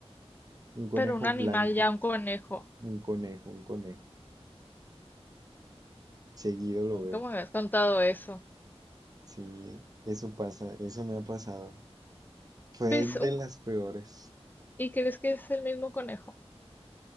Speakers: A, on the right; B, on the left.
A: un conejo
B: Pero un animal
A: blanco,
B: ya, un conejo.
A: un conejo, un conejo. Seguido lo
B: Nunca
A: veo.
B: me habías contado eso.
A: Sí, eso pasa, eso me ha pasado. Fue
B: ¿Ves
A: de
B: un...
A: las peores.
B: y crees que es el mismo conejo?